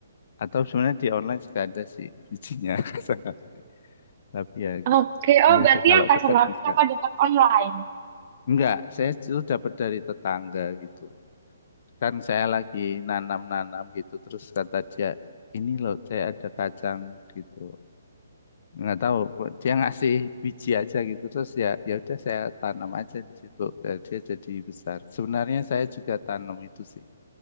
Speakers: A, on the left; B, on the right.
A: atau sebenarnya di online juga ada sih bijinya <laughs> Saya nggak beli. Tapi ya gitu.
B: Oke, oh
A: Iya
B: berarti
A: sih kalau
B: yang kacang
A: dekat
B: api
A: bisa.
B: kakak dapat online.
A: Enggak, saya itu dapat dari tetangga gitu. Kan saya lagi nanam-nanam gitu terus kata dia ini loh saya ada kacang gitu. nggak tahu dia ngasih biji aja gitu terus ya ya udah saya tanam aja di situ Eh, dia jadi besar sebenarnya saya juga tanam itu sih